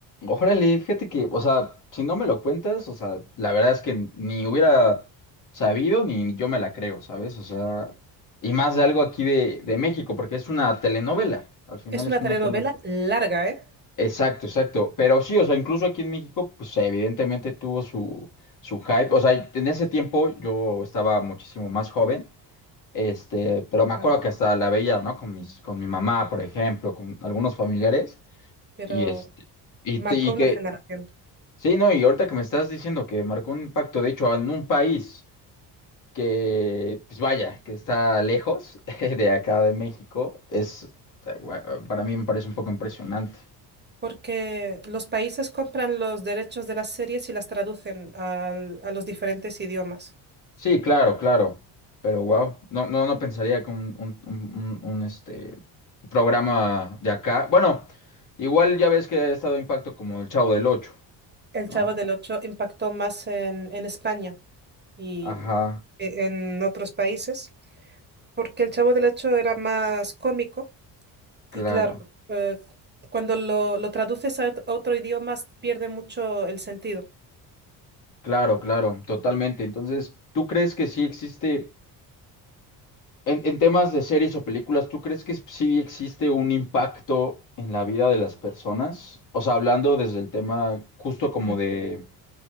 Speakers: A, on the left (about 45°); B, on the right (about 25°).
A: Órale, fíjate que, o sea, si no me lo cuentas, o sea, la verdad es que ni hubiera sabido ni yo me la creo, ¿sabes? O sea, y más de algo aquí de, de México, porque es una telenovela, al final
B: Es
A: es
B: una
A: una
B: telenovela
A: telenovela.
B: larga, ¿eh?
A: Exacto, exacto. Pero sí, o sea, incluso aquí en México, pues evidentemente tuvo su, su hype. O sea, en ese tiempo yo estaba muchísimo más joven, este, pero me acuerdo
B: No,
A: que hasta la veía, ¿no? Con mis, con mi mamá, por ejemplo, con algunos familiares.
B: Pero
A: Y este, y,
B: marcó
A: te- y
B: una
A: que,
B: generación.
A: sí, no, y ahorita que me estás diciendo que marcó un impacto, de hecho, en un país que, pues vaya, que está lejos <laughs> de acá de México, es, eh, para mí me parece un poco impresionante.
B: Porque los países compran los derechos de las series y las traducen al- a los diferentes idiomas.
A: Sí, claro, claro, pero wow, no, no, no pensaría que un, un, un, un, un, este, programa de acá, bueno, igual ya ves que ha estado impacto como el Chavo del Ocho,
B: El
A: ¿no?
B: Chavo del Ocho impactó más en, en España y
A: Ajá,
B: e- en otros países, porque el Chavo del Ocho era más cómico
A: claro.
B: y claro, eh, cuando lo, lo traduces a ot- a otro idioma pierde mucho el sentido.
A: Claro, claro, totalmente. Entonces, ¿tú crees que sí existe, en, en temas de series o películas, ¿tú crees que sí existe un impacto en la vida de las personas? O sea, hablando desde el tema justo como
B: Mm.
A: de